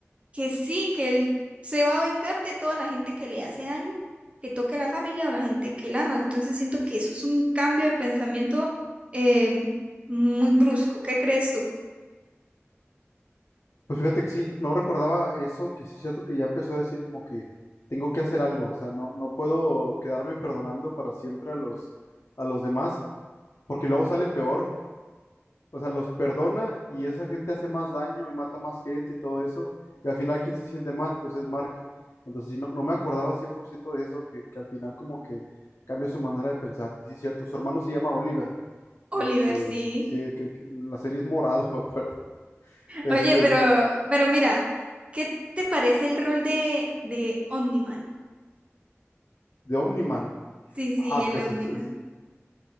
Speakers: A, on the right; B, on the left.
A: que sí, que él se va a vengar de toda la gente que le hace daño, que toque a la familia o la gente que él ama. Entonces siento que eso es un cambio de pensamiento eh, muy brusco. ¿Qué crees tú,
B: Pues fíjate que sí, no no recordaba eso, que sí es cierto que ya empezó a decir como que tengo que hacer algo, o sea, no, no puedo quedarme perdonando para siempre a los, a los demás, porque luego sale peor O sea, los perdona y esa gente hace más daño y mata más gente y todo eso. Y al final, ¿quién se siente mal? Pues es Mark. Entonces, sí, no, no me acordaba al 100% de eso, que, que al final como que cambia su manera de pensar. Y sí, es cierto, su hermano se llama Oliver.
A: Oliver?
B: Este,
A: Sí.
B: sí, que, que en la serie es morado, <laughs> me acuerdo. Este,
A: Oye, pero, pero mira, ¿qué te parece el rol de, de Omniman?
B: de Omniman.
A: Sí, sí,
B: Ah,
A: el
B: Jesús,
A: Omniman.
B: es-